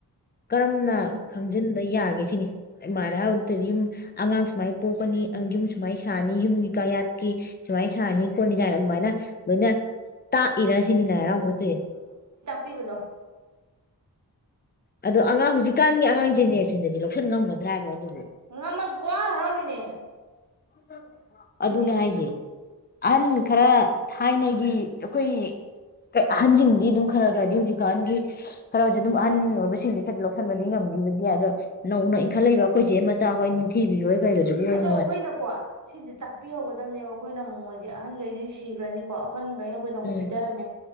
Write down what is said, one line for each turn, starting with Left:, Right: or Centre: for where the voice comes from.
Left: ꯀꯔꯝꯅ
Right: ꯎꯝ
Left: ꯈꯪꯖꯤꯟꯕ ꯌꯥ ꯒꯦ ꯁꯤꯅꯤ <unintelligible> ꯌꯨꯝ ꯑꯉꯥꯡ ꯁꯨꯃꯥꯏꯅ ꯄꯣꯛꯀꯅꯤ ꯑꯪ ꯌꯨꯝ ꯁꯨꯃꯥꯏꯅ ꯁꯥꯅꯤ ꯌꯨꯝꯒꯤ ꯀꯥꯌꯥꯠꯀꯤ ꯁꯨꯃꯥꯏꯅ ꯁꯥꯅꯤ ꯈꯣꯠꯅꯤ ꯀꯥꯏꯅ ꯑꯗꯨꯃꯥꯏꯅ
Right: ꯎꯝ
Left: ꯂꯣꯏꯅ ꯇꯥꯛꯏꯔꯥ ꯁꯤꯅꯤ ꯂꯥꯏ ꯍꯔꯥꯎꯕꯗ ꯇꯧꯏ
Right: ꯀꯄꯤꯄꯤꯕꯗꯣ
Left: ꯑꯗꯣ ꯑꯉꯥꯡ ꯍꯧꯖꯤꯛꯀꯥꯟꯒꯤ ꯑꯉꯥꯡꯁꯦꯅꯦ ꯁꯤꯗꯗꯤ ꯂꯧꯁꯟ ꯉꯝꯒꯗ꯭ꯔꯥ ꯍꯥꯏꯕ ꯑꯗꯨ
Right: ꯉꯝꯒ ꯄꯣ ꯍꯔꯥꯎꯔꯤꯅꯦ
Left: ꯁꯤꯦ
Right: ꯃꯣꯏꯗꯤ
Left: ꯑꯗꯨꯅꯦ ꯍꯥꯏꯁꯦ ꯑꯍꯟ ꯈꯔ ꯊꯥꯏꯅꯒꯤ ꯑꯩꯈꯣꯏ ꯑꯍꯟꯁꯤꯡꯗꯤ ꯑꯗꯨꯝ ꯈꯔ ꯈꯔꯗꯤ ꯍꯧꯖꯤꯛꯀ ꯑꯍꯟꯒꯤ ꯈꯔ ꯍꯧꯖꯤ ꯑꯗꯨꯝ ꯑꯍꯟ ꯑꯣꯏꯕꯁꯤꯡꯗꯤ ꯈꯔ ꯂꯧꯁꯤꯟꯕꯗꯤ ꯉꯝꯈꯤꯕꯗꯤ ꯑꯗꯣ ꯅꯧꯅ ꯏꯟꯈꯠꯂꯛꯏꯕ ꯑꯩꯈꯣꯏꯁꯦ ꯃꯆꯥ ꯍꯣꯏ ꯅꯤꯡꯊꯤꯕꯤ ꯍꯣꯏ ꯗꯅꯨꯡ
Right: ꯑꯗꯣ
Left: ꯋꯥ
Right: ꯑꯩꯈꯣꯏꯅꯀꯣ ꯁꯤꯁꯦ ꯇꯥꯛꯄꯤꯍꯧꯒꯗꯕꯅꯦꯕ ꯑꯩꯈꯣꯏꯅ ꯃꯣꯃꯣꯏꯁꯦ ꯑꯍꯟꯈꯩꯗꯤ ꯁꯤꯈ꯭ꯔꯅꯤꯀꯣ ꯋꯥꯈꯟꯈꯩꯅ ꯑꯩꯈꯣꯏꯗ ꯑꯃꯨꯛ
Left: ꯎꯝ
Right: ꯄꯤꯖꯔꯝꯃꯦ